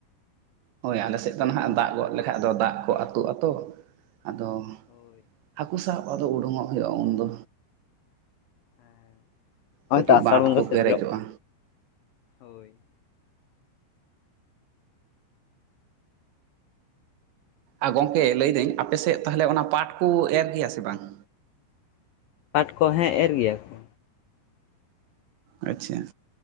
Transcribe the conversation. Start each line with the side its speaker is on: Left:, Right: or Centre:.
Right: ᱦᱳᱭ, ᱟᱞᱮ ᱥᱮᱫ ᱫᱚ ᱱᱟᱦᱟᱜ, ᱫᱟᱜ ᱜᱚᱜ ᱞᱮᱠᱟᱡ, ᱫᱚ, ᱫᱟᱜ ᱠᱚ ᱟᱹᱛᱩᱜ ᱟᱛᱚ, ᱟᱫᱚ?
Left: ᱦᱳᱭ
Right: ᱦᱟᱠᱩ ᱥᱟᱵ ᱟᱫᱚ ᱳᱱᱰᱳᱝᱚᱜ ᱦᱳᱭᱳᱜᱼᱟ ᱩᱱ ᱫᱚ᱾
Left: ᱦᱮᱸ᱾ ᱦᱚᱸᱜ
Right: ᱠᱟᱹᱴᱤᱡ
Left: ᱚᱭ ᱛᱚ ᱟᱥᱟᱲ
Right: ᱵᱟᱸᱫ
Left: ᱵᱚᱸᱜᱟ
Right: ᱠᱚ
Left: ᱥᱮᱴᱮᱨᱚᱜ
Right: ᱯᱮᱨᱮᱡᱚᱜᱼᱟ᱾
Left: ᱠᱟᱱᱟ, ᱦᱳᱭ ᱾
Right: ᱟᱨ ᱜᱚᱝᱠᱮ ᱞᱟᱹᱭᱫᱟᱹᱧ, ᱟᱯᱮᱥᱮᱜ ᱛᱟᱦᱚᱞᱮ, ᱚᱱᱟ ᱯᱟᱴ ᱠᱚ, ᱮᱨ ᱜᱮᱭᱟ ᱥᱮ ᱵᱟᱝ?
Left: ᱯᱟᱴ ᱠᱚ, ᱦᱮᱸ, ᱮᱨ ᱜᱮᱭᱟ ᱠᱚ ᱾
Right: ᱟᱪᱪᱷᱟ ᱾